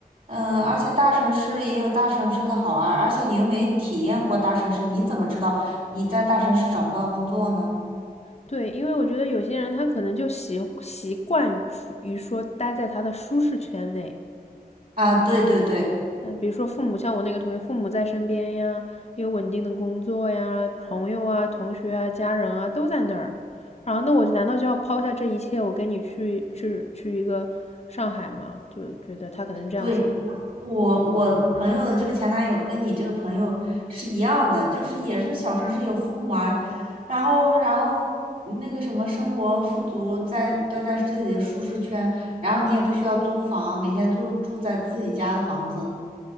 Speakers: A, on the right (about 60°); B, on the left (about 45°).
A: 嗯，而且大城市也有大城市的好啊，而且你又没体验过大城市，你怎么知道你在大城市找不到工作呢？
B: 对，因为我觉得有些人他可能就习习惯于说待在他的舒适圈内，
A: 啊，对对对
B: 嗯，比如说父母，像我那个同学，父母在身边呀，有稳定的工作呀，朋友啊、同学啊、家人啊都在那儿，然后那我难道就要抛下这一切，我跟你去去去一个上海吗？就觉得他可能是这样想。
A: 对，我我朋友的这个前男友跟你这个朋友是一样的，就是也是小城市有父母啊，然后然后那个什么生活富足在，待在自己的舒适圈，然后你也不需要租房，每天住住在自己家的房子。